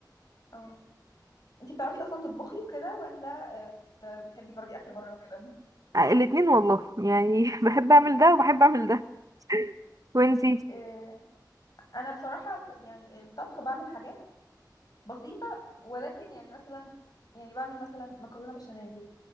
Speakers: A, on the left; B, on the right.
A: اه انتي بتعرفي اصلا تطبخي وكده ولا آه، آه، بتحبي تجربي اكل بره وكده
B: آه، الاتنين والله يعني <laughs> بحب اعمل ده وبحب اعمل ده وانتي
A: آه، أنا بصراحة ف- يعني الطبخ بعمل حاجات بسيطة ولكن يعني مثلا يعني بعمل مثلا مكرونة بشاميل